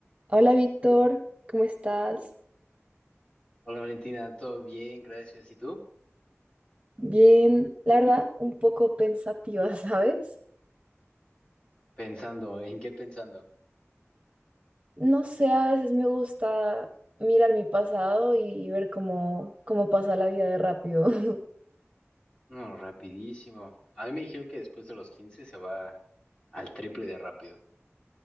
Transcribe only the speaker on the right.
Hola Víctor, ¿cómo estás?
Bien, la verdad, un poco pensativa, <laughs> ¿sabes?
No sé, a veces me gusta mirar mi pasado y ver cómo, cómo pasa la vida de rápido. <laughs>